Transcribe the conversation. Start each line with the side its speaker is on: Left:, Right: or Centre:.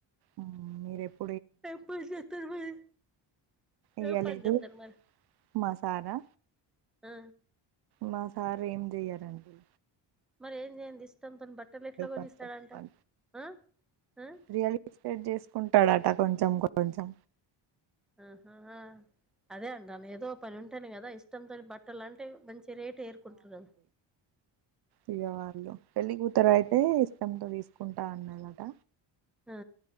Right: ఆ మీరెప్
Centre: ఏం పని చేత్తార్ మరి
Right: ఇయ్యలేదు
Centre: ఏం పని చేత్తార్ మరి
Right: మా సారా
Centre: ఆ
Right: మా సార్ ఏం చెయ్యడండి
Centre: మరి ఏం చెయ్యనిది ఇష్టం తోటి బట్టల్ ఎట్లా కొనిస్తాడంట
Right: కొంచెం
Centre: ఆ ఆ
Right: రియల్ ఇస్టేట్ చేసుకుంటాడట కొంచెం కొంచెం
Centre: ఆహా అదే అండి అను ఏదో పని ఉంటేనే కదా ఇష్టంతోని బట్టలు లాంటివి మంచి ఏ రేటు ఎరుకుంటున్నాడు
Right: ఇయ్యవాళ్ళు పెళ్ళి కూతురు అయితే ఇష్టంతో తీసుకుంటా అన్నరట
Centre: ఆ